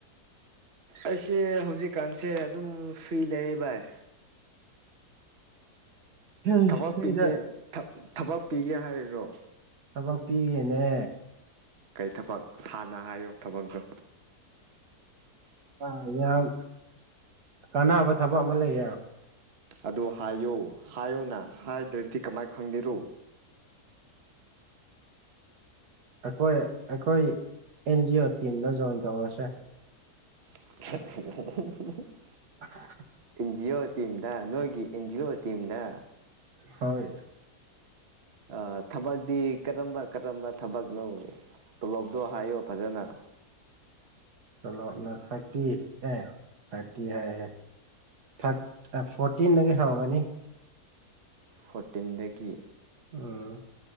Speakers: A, on the right (about 45°); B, on the right (about 80°).
A: ꯑꯩꯁꯦ ꯍꯧꯖꯤꯛꯀꯥꯟꯁꯦ ꯑꯗꯨꯝ ꯐ꯭ꯔꯤ ꯂꯩꯌꯦ ꯚꯥꯏ
B: ꯍꯩꯁ
A: ꯊꯕꯛ
B: ꯐ꯭ꯔꯤꯗ
A: ꯄꯤꯒꯦ ꯊꯞ ꯊꯕꯛ ꯄꯤꯒꯦ ꯍꯥꯏꯔꯤꯔꯣ
B: ꯊꯕꯛ ꯄꯤꯒꯦꯅꯦ
A: ꯀꯩ ꯊꯕꯛ ꯍꯥꯟꯅ ꯍꯥꯏꯌꯣ ꯊꯕꯛꯇꯣ
B: ꯑ ꯌꯥꯝ ꯀꯥꯟꯅꯕ ꯊꯕꯛ ꯑꯃ ꯂꯩꯌꯦ
A: ꯑꯗꯨ ꯍꯥꯏꯌꯣ ꯍꯥꯏꯌꯨꯅ ꯍꯥꯏꯗ꯭ꯔꯗꯤ ꯀꯃꯥꯏ ꯈꯪꯒꯦꯔꯣ
B: ꯑꯩꯈꯣꯏ ꯑꯩꯈꯣꯏ ꯑꯦꯟ ꯖꯤ ꯑꯣ ꯇꯤꯝꯗ ꯖꯣꯏꯟ ꯇꯧꯔꯁꯦ
A: <unintelligible>
B: ꯑ <unintelligible>
A: ꯑꯦꯟ ꯖꯤ ꯑꯣ ꯇꯤꯝꯗ ꯅꯣꯏꯒꯤ ꯑꯦꯟ ꯖꯤ ꯑꯣ ꯇꯤꯝꯗ
B: ꯍꯣꯏ
A: ꯑ ꯊꯕꯛꯇꯤ ꯀꯔꯝꯕ ꯀꯔꯝꯕ ꯊꯕꯛꯅꯣ ꯇꯣꯂꯣꯞꯁꯨ ꯍꯥꯏꯌꯣ ꯐꯖꯅ
B: ꯇꯣꯂꯣꯞꯅ ꯊꯥꯔꯇꯤ ꯑꯦ ꯊꯥꯔꯇꯤ ꯍꯥꯏꯔꯦ ꯊꯠ ꯑ ꯐꯣꯔꯇꯤꯟꯗꯒꯤ ꯍꯧꯔꯒꯅꯤ
A: ꯐꯣꯔꯇꯤꯟꯗꯒꯤ
B: ꯎꯝ